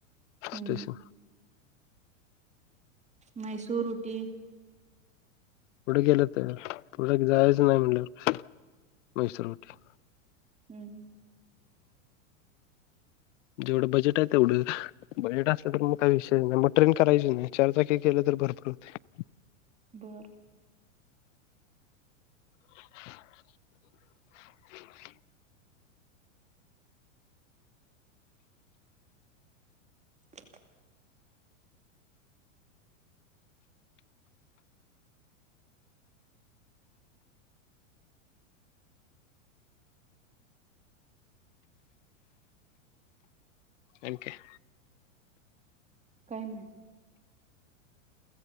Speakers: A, on the right; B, on the left.
A: हम्म.
B: स्टेशन
A: मैसूर, उटी
B: पुढ गेलं तर पुढ जायचं नाही म्हणाल्यावर मैसूर, उटी.
A: हम्म
B: जेवढं बजेट आहे तेवढं बजेट असलं तर मग काही विषय नाही मग ट्रेन करायची नाही चारचाकी केले तर बर पडतेय
A: बर
B: <inaudible>
A: <inaudible>
B: अन काय
A: काय नाही